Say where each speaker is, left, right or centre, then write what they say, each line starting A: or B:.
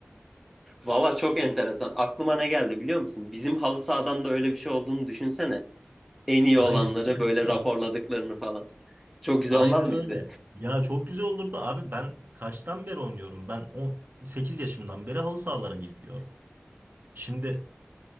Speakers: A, in the centre; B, on the right (about 55°).
A: Valla çok enteresan. Aklıma ne geldi biliyor musun? Bizim halı sahadan da öyle bir şey olduğunu düşünsene. En iyi
B: Aynen.
A: olanları
B: <laughs>
A: böyle raporladıklarını falan. Çok güzel
B: Aynen
A: olmaz mıydı?
B: öyle. Ya çok güzel olurdu abi ben kaçtan beri oynuyorum? Ben on sekiz yaşımdan beri halı sahalara gidiyorum. Şimdi